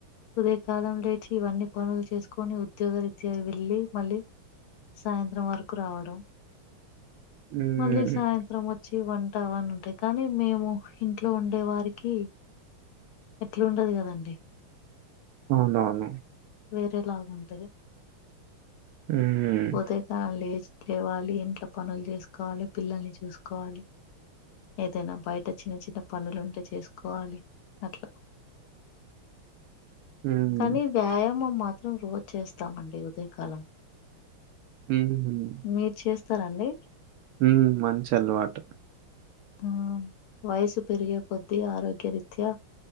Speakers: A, on the left (about 75°); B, on the right (about 80°).
A: ఉదే కాలం లేచి ఇవన్నీ పనులు చేసుకొని ఉద్యోగ రీత్యా వెళ్ళి మళ్ళీ సాయంత్రం వరకు రావడం
B: ఉమ్,
A: మళ్ళీ సాయంత్రం వ చ్చి వంటా అని ఉంటాయి కానీ మేము ఇంట్లో ఉండే వారికి ఎట్లుంటది కదండి
B: అవునవును
A: వేరేలాగ ఉంటుంది
B: ఉమ్,
A: ఉదయకాలంలో లేవాలి ఇంట్లో పనులు చేసుకోవాలి పిల్లల్ని చూసుకోవాలి ఏదైనా బయట చిన్న చిన్న పనులుంటే చేసుకోవాలి అట్లా
B: ఉమ్,
A: కానీ వ్యాయామం మాత్రం రోజు చేస్తామండి ఉదయకాలం
B: ఉమ్,
A: మీరు చేస్తారండి
B: ఉమ్ మంచి అలవాటు
A: ఆ వయసు పెరిగ కొద్ది ఆరోగ్య రీత్యా